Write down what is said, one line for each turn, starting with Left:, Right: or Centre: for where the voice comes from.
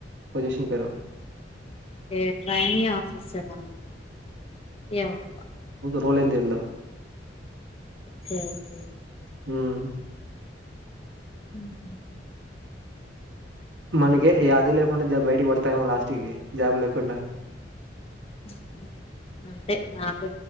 Right: పొజిషన్ పేరు.
Left: ఏ ట్రైని ఆఫసర్ ఏమొబ్బ
Right: రోలేం తెళ్ద
Left: ఓకే ఓకే
Right: హ్మ్
Left: ఉహ్ హు హు
Right: మనకె యాది లేకుండా జాబ్ బయటికి పడతాయమో, లాస్ట్ కి జాబ్ లేకుండా.
Left: ఉహ్ హు అంటే నాకు